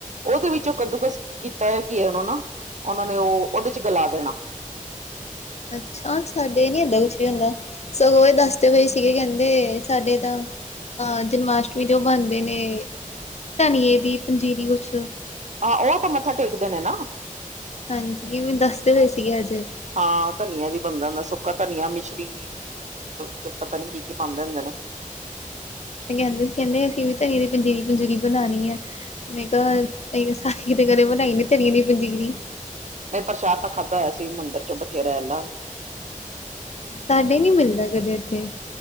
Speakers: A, on the right; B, on the left.
A: ਉਹਦੇ ਵਿੱਚੋਂ ਕੱਦੂਕਸ ਕੀਤਾ ਕੀ ਐ ਘੀਏ ਨੂੰ ਨਾ, ਉਨ੍ਹਾਂ ਉਹ ਦੇ ਵਿੱਚ ਗਲਾ ਦੇਣਾ।
B: ਅੱਛਾ ਸਾਡੇ ਨੀ ਹੁੰਦਾ ਕੁਛ ਵੀ ਹੁੰਦਾ। ਸਗੋਂ ਇਹ ਦੱਸਦੇ ਪਏ ਸੀਗੇ ਕਹਿੰਦੇ ਸਾਡੇ ਤਾਂ ਅਹ ਜਨਮ ਅਸ਼ਟਮੀ ਦੇ ਉਹ ਬਣਦੇ ਨੇ ਧਣੀਏ ਦੀ ਪੰਜੀਰੀ ਕੁਛ
A: ਆਹੋ, ਉਹ ਤਾਂ ਮੱਥਾ ਟੇਕਦੇ ਨੇ ਨਾ।
B: ਹਾਂਜੀ ਕਿਵੇਂ ਦੱਸਦੇ ਪਏ ਸੀਗੇ ਅੱਜ।
A: ਹਾ ਧਣੀਏ ਦੀ ਬਣਦਾ ਸੁੱਕਾ ਧਣੀਆ ਮਿਸ਼ਰੀ। ਚ ਪਤਾ ਨੀ ਕੀ-ਕੀ ਪਾਦੇ ਹੁੰਦੇ ਨੇ।
B: ਤੇ ਕਹਿੰਦੇ ਸੀ ਕਹਿੰਦੇ ਅਸੀਂ ਵੀ ਤੇਰੀ ਦੀ ਪੰਜੀਰੀ ਪੁਜੀਰੀ ਬਣਾਣੀ ਐ। ਮੈਂ, ਕਿਹਾ ਸਾਡੇ ਤਾਂ ਕਦੇ ਬਣਾਈ ਨੀ ਧਣੀਏ ਦੀ ਪੰਜੀਰੀ।
A: ਨਈ ਪ੍ਰਸ਼ਾਦ ਤਾਂ ਖਾਧਾ ਹੋਇਆ ਸੀ ਮੰਦਿਰ ਚੋਂ ਬਥੇਰਾ ਨਾ।
B: ਸਾਡੇ ਨੀ ਮਿਲਦਾ ਕਦੇ, ਇੱਥੇ